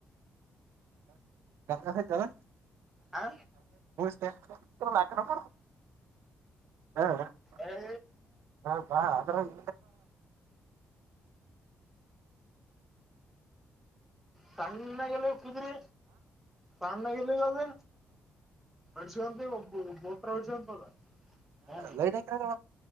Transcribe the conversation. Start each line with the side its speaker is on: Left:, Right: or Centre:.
Right: ಕಕಲ್ಲ <unintelligible>
Centre: ಹ
Right: ಕ ಹಾ <unintelligible>
Centre: ಏ,
Right: ಹಾ ಬಾ ಅದ್ರ <inaudible>
Centre: ಸಣ್ಣಾಗಲಿ ಕುದ್ರಿ ಸಣ್ಣಲ್ಲಿ ಅದ್ರಿ ಮಡ್ಸ್ಂತ ಒಬ್ ಬೋತ್ರ ಹೊಡ್ಸಂತದ ಹಾ
Right: ಲೈಟ್ ಹಾಕಿರ